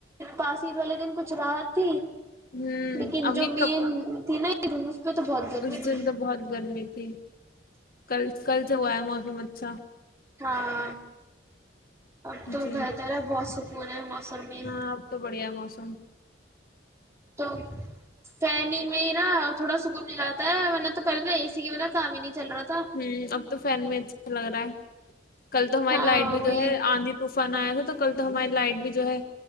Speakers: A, on the right; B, on the left.
A: پاس عید والے دن کچھ راحت تھی
B: ہوں
A: لیکن
B: اب یہ
A: جو بھی
B: کب
A: تھی نا <inaudible> گرمی
B: اس
A: تھی
B: دن تو بہت گرمی تھی کل کل سے ہوا ہے موسم اچھا
A: ہاں اب تو
B: جی
A: بہتر ہے بہت سکون ہے موسم میں
B: ہاں اب تو بڑھیا ہے موسم
A: تو فین میں ہی نا تھوڑا سکون دلاتا ہے ورنا تو کل اسی کے بنا کام ہی نہیں چل رہا تھا
B: ہوں اب تو فین میں اچھا لگ رہا ہے کل تو ہماری
A: ہاں
B: لائٹ بھی
A: وہی
B: جو ہے آندھی تو فان آیا تھا تو کل تو ہماری لائٹ بھی جو ہے